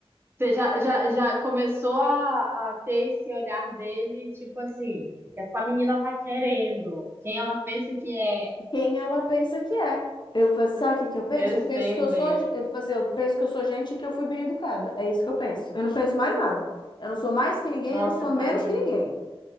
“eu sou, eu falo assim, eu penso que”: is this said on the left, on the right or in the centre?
Left